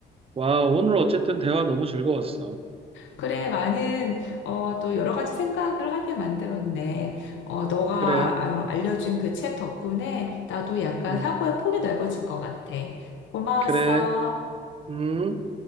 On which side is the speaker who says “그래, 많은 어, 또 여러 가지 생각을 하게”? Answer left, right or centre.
Left